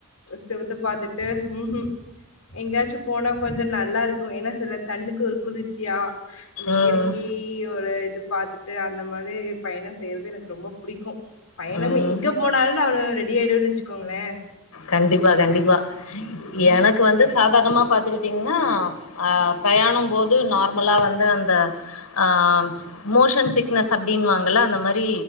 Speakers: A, on the left; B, on the left.
A: செவுத்த பாத்துட்டு ம் ம் எங்காய்ச்சு போனா கொஞ்ச நல்லா இருக்கு ஏனா சில கண்ணுக்கு ஒரு குளிர்ச்சியா அந்த
B: உம்
A: இயற்கையோட இது பாத்து ட்டு அந்த மாரி பயண செய்றது எனக்கு ரொம்ப புடிக்கு பயணம்
B: உம்
A: எங்க போனாலு நானு ரெடி ஆய்டுவேன் வெச்சுகோங்களே
B: கண்டிப்பா கண்டிப்பா எனக்கு வந்து சாதாரணமா பாத்துக்கிட்டீங்னா ஆ பிரயாணம் போது நார்மலா வந்து அந்த ஆ மோஷன் சிக்னஸ் அப்டின்வாங்கள்ள அந்த மாரி